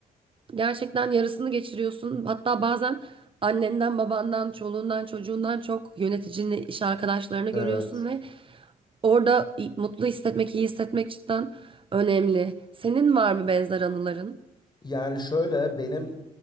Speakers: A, on the right; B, on the left.
A: Gerçekten yarısını geçiriyorsun. Hatta bazen annenden, babandan, çoluğundan, çocuğundan çok yöneticini, iş arkadaşlarını
B: Evet.
A: görüyorsun ve orada i- mutlu hissetmek, iyi hissetmek cidden önemli. Senin var mı benzer anıların?
B: Yani şöyle benim